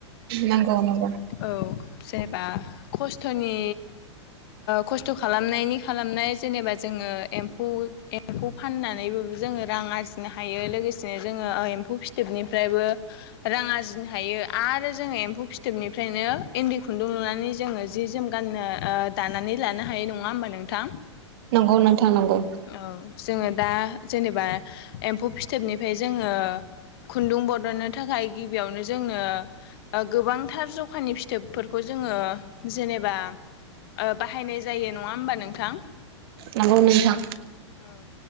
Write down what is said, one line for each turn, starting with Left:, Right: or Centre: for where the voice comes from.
Right: नंगौ नंगौ
Left: औ जेनेबा खस्थ'नि खस्थ' खालामनायनि खालामनाय जेनेबा जोङो एम्फौ एम्फौ फाननानैबो जोङो रां आरजिनो हायो लोगोसेनो जोङो एम्फौ फिथोबनिफ्रायबो रां आरजिनो हायो आरो जोङो एम्फौ फिथोबनि फ्रायनो इन्दि खुन्दुं लुनानै जोङो जि जोम गाननो ओ दानानै ला नो होयो। नङा होमबा नोंथां?
Right: नंगौ नोंथां नंगौ
Left: औ जोङो दा जेनेबा एम्फौ फिथोबनिफाय जोङो खुन्दुं बदननो थाखाय गिबियावनो जोंनो ओ गोबांथार जखानि फिथोबफोरखौ जो जोङो जेनेबा ओ बाहायनाय जायो। नङा होमबा नोंथां?
Right: नंगौ नोंथां।
Left: औ